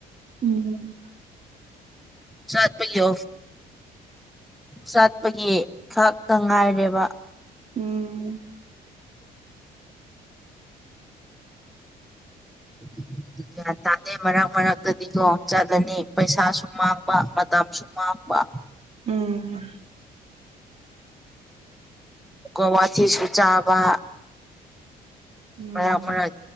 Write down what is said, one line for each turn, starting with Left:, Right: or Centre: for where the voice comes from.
Right: ꯎꯝ
Centre: ꯆꯠꯄꯒꯤ ꯆꯥꯠꯄꯒꯤ ꯈꯥꯛꯇ ꯉꯥꯏꯔꯦꯕ
Right: ꯎꯝ
Centre: ꯦ <inaudible> ꯒ꯭ꯌꯥꯟ ꯇꯥꯗꯦ ꯃꯔꯛ ꯃꯔꯛꯇꯗꯤꯀꯣ ꯆꯠꯂꯅꯤ ꯄꯩꯁꯥꯁꯨ ꯃꯥꯡꯕ ꯃꯇꯝꯁꯨ ꯃꯥꯡꯕ
Right: ꯎꯝ
Centre: ꯑꯃꯨꯛꯀ ꯋꯥꯊꯤꯁꯨ ꯆꯥꯕ
Right: ꯎꯝ
Centre: ꯃ ꯃ꯭ꯔ